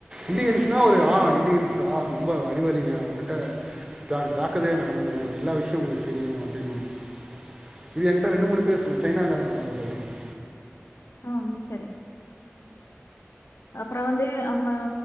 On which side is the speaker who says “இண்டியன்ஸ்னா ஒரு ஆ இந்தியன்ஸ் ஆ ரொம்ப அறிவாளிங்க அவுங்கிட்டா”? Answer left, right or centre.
Right